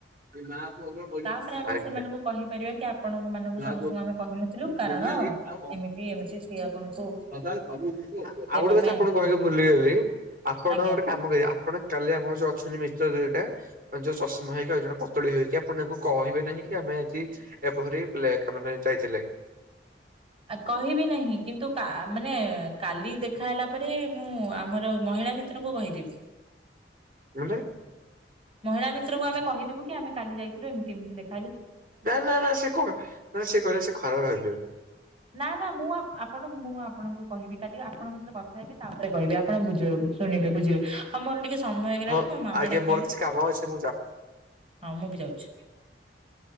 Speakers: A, on the right (about 55°); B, on the right (about 35°).
A: ବି ମା ପଇସା
B: ତାପରେ
A: ସୁଝି
B: ଆମେ
A: ପାରୁନି
B: ସେମାନଙ୍କୁ କହିପାରିବା କି ଆପଣଙ୍କୁ ମାନଙ୍କୁ
A: ଆଜ୍ଞା
B: ସମସ୍ତଙ୍କୁ ଆମେ କହିନଥିଲୁ କାରଣ
A: ଦୁନିଆ ରେଟ୍ ଆଉ <unintelligible>
B: ଏମିତି ଏମିତି ସିଏ ଆପଣଙ୍କୁ
A: ଆଉ ଗୋଟେ
B: ଦେବା
A: କଥା
B: ପାଇଁ
A: ଆପଣ
B: ଆସିଥିଲେ
A: କକି ଭୁଲିଗଲି। ଆପଣ
B: ଆଜ୍ଞା।
A: ଗୋଟେ କାମ କରିବେ ଆପଣ ଚଳେଇବେ ମୋ ସହ ଯୋଉ ଅଛନ୍ତି ମିଶ୍ର ଦିଇଟା ଯୋଉ ଶଶୀମହି ଆଉ ଜଣେ ପତଳି ହେଇକି ଆପଣ ତାଙ୍କୁ କହିବେ ନାହିଁ କି ଆମେ ଆଜି ଏମାରିପ୍ଲେକ ରେ ଯାଇଥିଲେ। ହ
B: କହିବି ନାହିଁ କିନ୍ତୁ କା ମାନେ କାଲି ଦେଖାହେଲା। ତାପରେ ମୁଁ ଆମର ମହିଳା ମିତ୍ରଙ୍କୁ କହିଦେବି।
A: ମାନେ
B: ମହିଳା ମିତ୍ରଙ୍କୁ ଆମେ କହିଦବୁ କି ଆମେ କାଲି ଯାଇଥିଲୁ ଏମିତି ଏମିତି ଦେଖ
A: ନା ନା ନା ସେ କ ନା ସେ କହଲେ ସେ ଖରାପ ଭାବିବ।
B: ନା ନା ମୁଁ ଆପଣ ମୁଁ ଆପଣଙ୍କୁ କହିବି କାଲି ଆପଣଙ୍କ ସହିତ କଥା ହେବି ତାପରେ କହିବି ଆପଣ ବୁଝେଇ କି ଶୁଣିବ ବୁଝିବେ ହଉ ମୋର ଟିକେ ସମୟ ହେଇଗଲାଣି
A: ହଉ
B: ମୋ ମାମା
A: ଆଜ୍ଞା
B: ଡାକିଲଣି
A: ମୋର କିଛି କାମ ଅଛି
B: ହଉ ମୁଁ ଯାଉଛି।
A: ହ